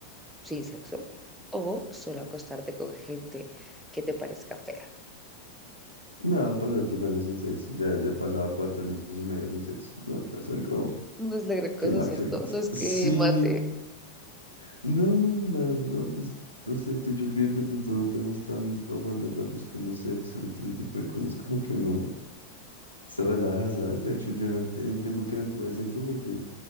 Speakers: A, in the centre; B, on the left.
A: sin sexo o solo acostarte con gente que te parezca fea.
B: No, pasar tres años sin sexo, ya, ya he pasado cuatro años y medio sin sexo, no, no es algo
A: No es la gran cosa,
B: qué más
A: ¿cierto?
B: afecte.
A: No es que
B: Sí,
A: mate.
B: no, la verdad, no, pues no sé, tú y yo que de pronto no tenemos tan afán de andar buscando sexo y todo ese tipo de cosas, como que uno se relaja, ¿sabes? De hecho, yo en el, en el tiempo que no tuve sexo, fue que